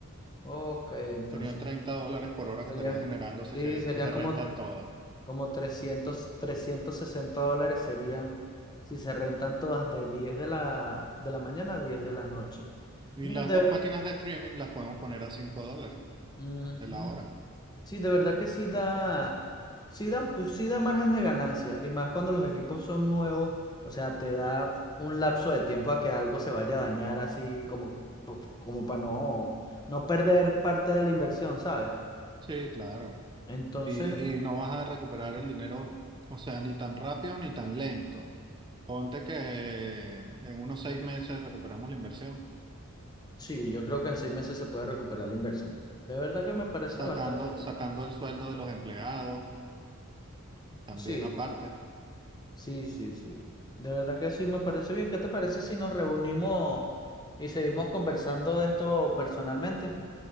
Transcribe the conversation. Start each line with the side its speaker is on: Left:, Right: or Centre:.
Left: Ok, entonces
Right: Serían 30 dólares por hora que
Left: serían,
Right: estarían generando
Left: sí,
Right: si se,
Left: serían
Right: si se
Left: como,
Right: rentan todas.
Left: como trescientos trescientos sesenta dólares serían si se rentan todas de 10 de la, de la mañana a 10 de la noche.
Right: Y
Left: Mira,
Right: las
Left: de...
Right: dos máquinas de streaming las podemos poner a 5 dólares
Left: Ujú.
Right: de la hora.
Left: Sí, de verdad que sí da, sí da, pues sí da margen de ganancia, y más cuando los equipos son nuevos, o sea, te da un lapso de tiempo a que algo se vaya a dañar así como, po- como para no, no perder parte de la inversión, ¿sabes?
Right: Sí, claro.
Left: Entonces,
Right: Y, y no vas a recuperar el dinero, o sea, ni tan rápido ni tan lento. Ponte que en unos seis meses recuperamos la inversión,
Left: sí, yo creo que en seis meses se puede recuperar la inversión. De verdad que me parece
Right: sacando,
Left: bastante bien.
Right: sacando el sueldo de los empleados, también
Left: Sí,
Right: aparte.
Left: sí, sí, sí. De verdad que sí me parece bien. ¿Qué te parece si nos reunimos y seguimos conversando de esto personalmente?